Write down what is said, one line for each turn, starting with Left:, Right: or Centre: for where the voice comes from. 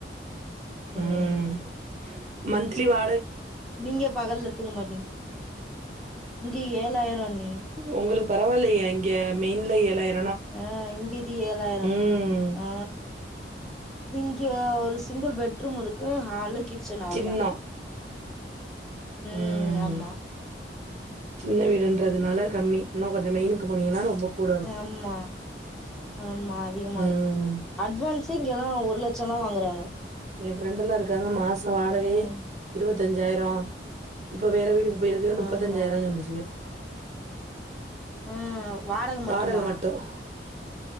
Right: <inaudible>
Centre: ம்
Right: உம் மந்தலி வா
Centre: நீங்க பகல்ல தூங்கமாட்டிங்க இங்க ஏழாயிரம்
Right: உங்களுக்கு பரவாயில்லையே அங்கே மெயின்ல ஏழாயிரம்
Centre: ஆ இங்கிது ஏழாயிரம்
Right: ம்
Centre: ஆ இங்க ஒரு சிங்கிள் பெட்ரூம் இருக்கு ஹாலு கிச்சன் அவ்ளோதான்
Right: சின்னோ
Centre: உம்
Right: ம்
Centre: ஆமா
Right: சின்ன வீடுன்றதுனால
Centre: ம்
Right: கம்மி இன்னும் கொஞ்சம் மெய்னுக்கு போனீங்கன்னா ரொம்ப கூட இருக்கு.
Centre: ஆமா ஆமா அதிகமா
Right: ம்
Centre: இருக்கும் அட்வான்ஸ் <unintelligible> ஒரு லட் சல்லாம் வாங்குறாங்க
Right: என்ஃபிரண்ட் எல்லாம் இருக் காங்க மாசம் வாடகையே
Centre: ம்
Right: இருபத் தஞ்சாயிரம் இப்ப வேற வீடு வேற இது முப்பத்தஞாயிரம்னு
Centre: ஆமா
Right: சொன்னச்சுங்க
Centre: ம் வாடக மட்டுமா
Right: வாடகை மட்டும்.